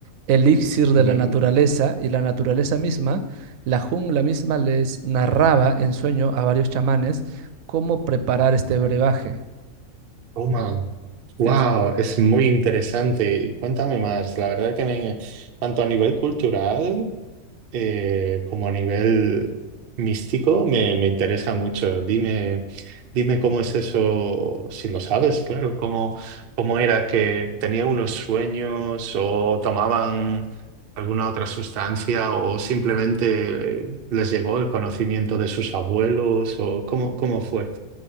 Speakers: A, on the right; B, on the right.
A: elixir
B: Mm,
A: de la naturaleza y la naturaleza misma, la jungla misma les narraba en sueño a varios chamanes cómo preparar este brebaje.
B: Toma. Wow,
A: Sí,
B: es muy interesante. Cuéntame más. La verdad que me, tanto a nivel cultural eh, como a nivel místico me, me interesa mucho. Dime, dime cómo es eso, si lo sabes, claro, cómo, cómo era que tenía unos sueños o tomaban alguna otra sustancia o simplemente eh, les llegó el conocimiento de sus abuelos o cómo, cómo fue.